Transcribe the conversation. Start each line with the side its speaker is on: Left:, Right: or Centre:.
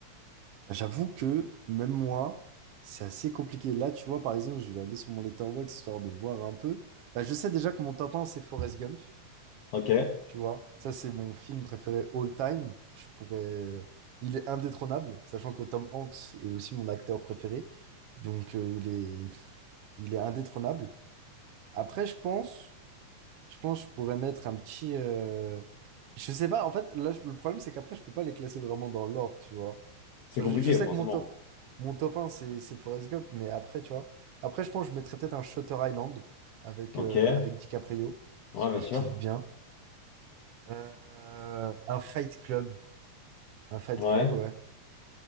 Right: J'avoue que même moi, c'est assez compliqué. Là, tu vois, par exemple, je vais aller sur mon Letterboxd histoire de voir un peu. Bah, je sais déjà que mon top 1, c'est Forrest Gump.
Left: Ok?
Right: Tu vois, ça, c'est mon film préféré all time. Je pourrais... Il est indétrônable, sachant que Tom Hanks est aussi mon acteur préféré. Donc, euh, il est... il est indétrônable. Après, je pense. Je pense que je pourrais mettre un petit. euh, Je sais pas, en fait, là, je- le problème, c'est qu'après, je peux pas les classer vraiment dans l'ordre, tu vois.
Left: C'est
Right: Genre,
Left: compliqué,
Right: je, je sais
Left: forcément.
Right: que mon top, mon top un c'est c'est Forrest Gump, mais après, tu vois. Après, je pense que je mettrais peut-être un Shutter Island avec,
Left: Ok?
Right: euh,
Left: Ouais,
Right: avec DiCaprio,
Left: bien
Right: parce que je
Left: sûr.
Right: kiffe bien. Euh, un Fight Club. Un Fight
Left: Ouais.
Right: Club, ouais.